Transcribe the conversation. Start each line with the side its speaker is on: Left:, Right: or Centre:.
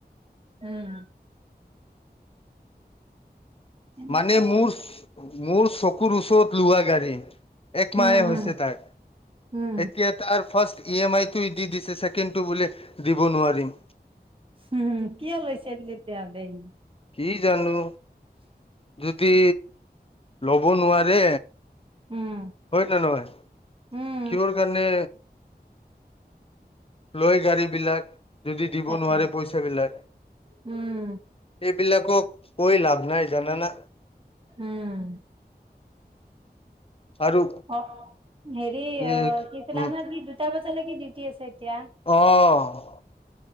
Right: উম'। এনেকে
Left: মানে মোৰ, মোৰ চকুৰ ওচৰত লোৱা গাড়ী। এক
Right: উম,
Left: মাহে হৈছে
Right: উম।
Left: তাত।
Right: উম,
Left: এতিয়া আৰু ফাস্ট ই এম আইটো দি দিছে। ছেকেণ্ডটো বোলে দিব নোৱাৰিম।
Right: উম', কিয় লৈছে তেতিয়া হ'লে সি।
Left: কি জানো।
Right: <inaudible>
Left: যদি, ল'ব নোৱাৰে
Right: উম,
Left: হয় নে নহয়?
Right: উম,
Left: কিহৰ কাৰণে লয় গাড়ী বিলাক, যদি দিব
Right: তাকে।
Left: নোৱাৰে পইচাবিলাক।
Right: উম,
Left: এইবিলাকক কৈ লাভ নাই, জানানা।
Right: উম'।
Left: আৰু
Right: অ', হেৰি
Left: এ
Right: অ', কৈছিলা
Left: উম
Right: নহয়, তুমি দুটা বজালৈকে ডিউটি আছে এতিয়া।
Left: অ'।